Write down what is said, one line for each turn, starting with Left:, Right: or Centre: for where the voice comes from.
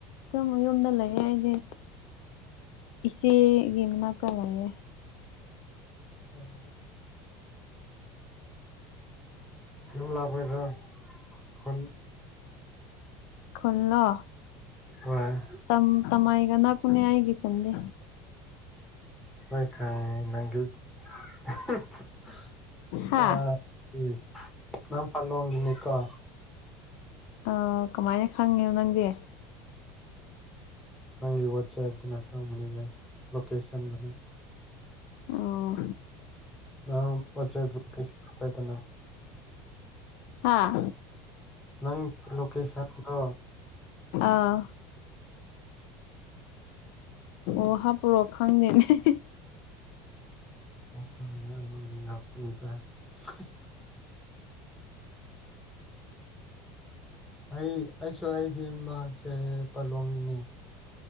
Left: ꯇꯃꯣ ꯌꯨꯝꯗ ꯂꯩꯌꯦ ꯑꯩꯗꯤ꯫ ꯏꯆꯦ ꯒꯤ ꯃꯅꯥꯛꯇ ꯂꯩꯌꯦ꯫
Centre: ꯎꯝ꯫ ꯌꯨꯝ ꯂꯥꯞꯕꯣꯏꯗ꯭ꯔ ꯈꯨꯟ
Left: ꯈꯨꯟꯂꯣ
Centre: ꯍꯣꯏ꯫
Left: ꯇꯝ ꯇꯝꯃꯥꯏꯒ ꯅꯛꯄꯅꯦ ꯑꯩꯒꯤ ꯈꯨꯟꯗꯤ꯫
Centre: ꯍꯣꯏ ꯈꯪꯉꯦ ꯅꯪꯒꯤ <unintelligible>
Left: ꯍꯥ
Centre: ꯑ ꯏꯁ ꯅꯪ ꯄꯜꯂꯣꯡꯒꯤꯅꯤꯀꯣ꯫
Left: ꯑꯥꯎ ꯀꯃꯥꯏꯅ ꯈꯪꯉꯦ ꯅꯪꯗꯤ꯫
Centre: ꯅꯪꯒꯤ ꯋꯥꯠꯆꯦꯞꯇꯨꯅ ꯈꯪꯕꯅꯤꯗ ꯂꯣꯀꯦꯁꯟꯗꯅ꯫
Left: ꯑꯣ
Centre: ꯅꯥꯉꯣꯝ ꯄꯣꯠꯆꯩꯒꯤ ꯀꯩꯁ ꯀꯥꯏꯗꯏꯅ
Left: ꯍꯥꯥ
Centre: ꯅꯪ ꯂꯣꯀꯦꯁꯟꯗꯣ
Left: ꯑꯥ ꯑꯣ ꯍꯥꯞꯄꯣꯔꯣ ꯈꯪꯗꯦꯅꯤ <unintelligible>
Centre: <unintelligible> <unintelligible> <unintelligible> ꯑꯩ ꯑꯩꯁꯨ ꯑꯩꯒꯤ ꯏꯃꯥꯁꯦ ꯄꯂꯣꯡꯉꯤꯅꯦ꯫